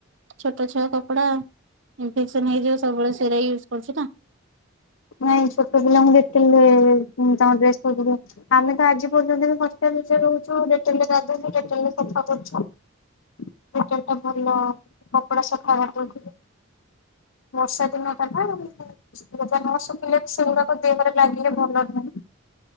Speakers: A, on the right; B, on the left.
A: ଛୋଟ ଛୁଆ କପଡା ଇନଫେକ୍ସନ୍ ହେଇଯିବ ସବୁବେଳେ ସେଇରା ୟୁଜ୍ କରୁଛୁ ନା!
B: ନାଇଁ ଛୋଟ ପିଲାଙ୍କୁ ଡେଟଲ୍ ରେ ମୁଁ ତାଙ୍କର ଡ୍ରେସ୍ ପତ୍ର ଧୁଏ। ଆମେ ତ ଆଜି ପର୍ଯ୍ୟନ୍ତ ବି ହଷ୍ଟେଲ ଭିତରେ ରହୁଛୁ ଡେଟଲ୍ ରେ ଗାଧୋଉଚୁ ଡେଟଲ ରେ ସଫା କରୁଛୁ। ଡେଟଲ ଟା ଭଲ। କପଡା ସଫା କରି ଦଉଥିବେ ବର୍ଷା ଦିନ ଗଲା ଆଉ <unintelligible> <unintelligible> ନ ଶୁଖିଲେ ବି ସେଗୁଡାକ ଦେହରେ ଲାଗିଲେ ଭଲ ନୁହଁ।